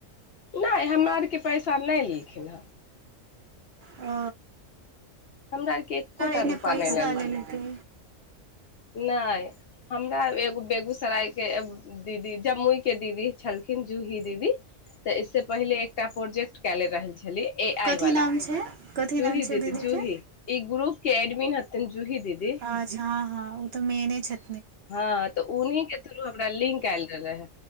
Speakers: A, on the left (about 60°); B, on the right (about 60°).
A: नहि हमरा आरके पैसा नहि लेलखिन हेँ
B: ओ
A: हमरा आरके एकोटा
B: एन्ने
A: रूपा
B: पैसा
A: नहि लेलखिन
B: लेलकै
A: नहि हमरा एगो बेगूसराय के दीदी जम्मुई के दीदी छलखिन जूही दीदी तऽ इसस पहिले एकटा प्रोजेक्ट कले रहल छली ए
B: कथी
A: आइ वलाा
B: नाम छै कथी
A: जूही
B: नाम छै
A: दीदी
B: ओ दीदीके
A: जूही ई ग्रूप के एडमीन् हथिन जूही दीदी
B: अच्छा हँ हँ ओ त मेने छथि
A: हँ तऽ उह के थ्रू हमरा लिंक आयल रह रहे